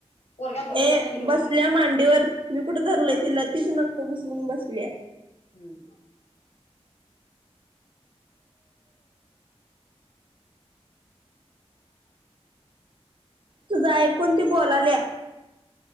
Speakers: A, on the left; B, on the right.
A: पोरग्याला धरून
B: ए
A: देत नाही आणि ही
B: बसल्या
A: बस
B: मांडीवर मी कुठं धरलय
A: हा
B: तिला तीच नाक घुसवून बसल्या.
A: हम्म
B: तुझा ऐकून ती बोलाल्या,